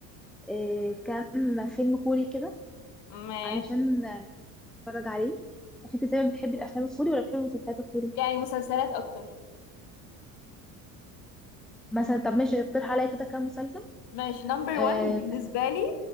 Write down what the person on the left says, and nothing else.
ماشي
يعني مسلسلات اكتر
ماشي نمبر
وان بالنسبة
لي